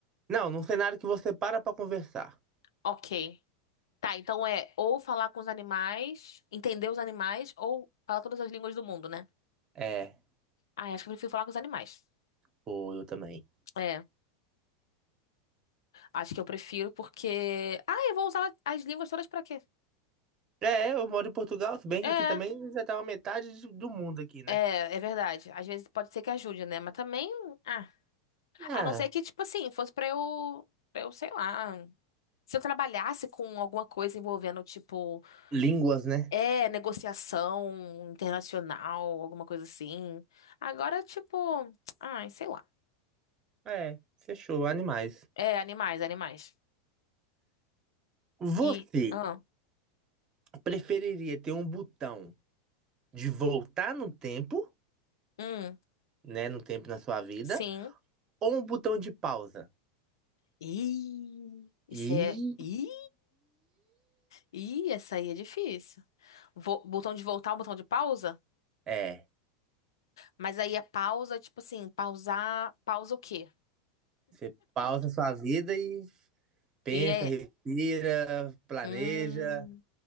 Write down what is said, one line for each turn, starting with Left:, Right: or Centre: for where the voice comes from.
Right: Não, num cenário que você para pra conversar.
Left: Ok. Tá, então é ou falar com os animais, entender os animais, ou falar todas as línguas do mundo, né?
Right: É.
Left: Ah, acho que eu prefiro falar com os animais.
Right: Pô, eu também.
Left: É, acho que eu prefiro porque. Ah, eu vou usar as línguas todas pra quê?
Right: É, eu moro em Portugal, se bem
Left: É,
Right: que aqui também já tava metade de- do mundo aqui, né?
Left: é, é verdade. Às vezes pode ser que ajude, né? Mas também. Ah,
Right: Ah,
Left: a não ser que, tipo assim, fosse pra eu. Pra eu, sei lá. Se eu trabalhasse com alguma coisa envolvendo, tipo,
Right: línguas, né?
Left: é, negociação internacional, alguma coisa assim. Agora, tipo. Ai, sei lá.
Right: É, fechou, animais.
Left: É, animais, animais.
Right: Você
Left: E. Ah,
Right: preferiria ter um botão de voltar no tempo,
Left: hum,
Right: né, no tempo na sua vida,
Left: sim.
Right: ou um botão de pausa?
Left: Ih, isso
Right: E
Left: é. Ih! Ih, essa aí é difícil. Vo- botão de voltar, o botão de pausa?
Right: é,
Left: Mas aí é pausa, tipo assim, pausar, pausa o quê?
Right: você pausa sua vida e pensa,
Left: E é.
Right: respira, planeja.
Left: Hum.